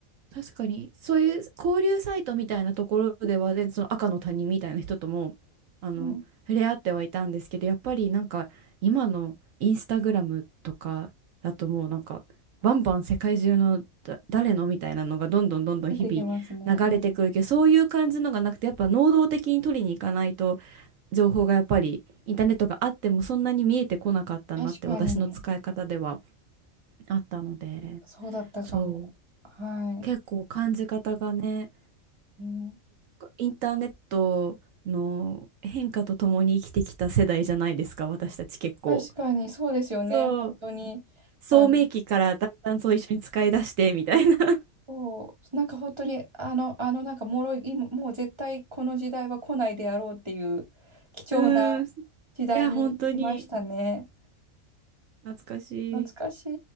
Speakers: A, on the right; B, on the right.
A: 確かに、そういう交流サイトみたいなところではね、全然その赤の他人みたいな人とも、あの、
B: ん、
A: 触れ合ってはいたんですけど、やっぱりなんか、今のインスタグラムとかだともうなんか、バンバン世界中のだ誰のみたいなのがどんどんどんどん日
B: 出てきますね。
A: 々流れてくるけど、
B: うん、
A: そういう感じのがなくて、やっぱ能動的に取りに行かないと、情報がやっぱりインターネットがあってもそんなに見えてこなかったなって、
B: 確かに、
A: 私の使い方ではあったので、
B: そうだったかも。
A: そう、
B: は
A: 結構感じ方がね、
B: い。うん、
A: インターネットの変化とともに生きてきた世代じゃないですか、私たち結構。
B: 確かに、そうですよね。
A: そう、
B: 本当に、
A: 聡明期からだんだんそう一緒に使い出してみたいな。
B: あの、そう、なんか本当に、あの、あの、なんか脆い、ももう絶対この時代は来ないであろうっていう貴重な
A: <laughs> うーん、い
B: 時代にいましたね。
A: や、本当に懐かしい。
B: 懐かしい。